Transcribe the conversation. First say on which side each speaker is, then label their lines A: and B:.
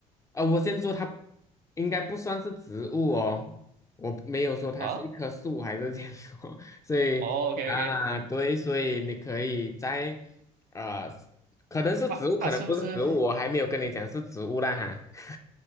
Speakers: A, on the left; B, on the right.
A: 啊，我先说它应该不算是植物哦，我没有说它是一棵树还是这样说，
B: 啊，
A: <laughs> 所以啊，
B: 哦，OK OK，
A: 对，所以你可以在呃，可能是植物，
B: 它它是不是？
A: 可能不是植物，我还没有跟你讲是植物啦哈。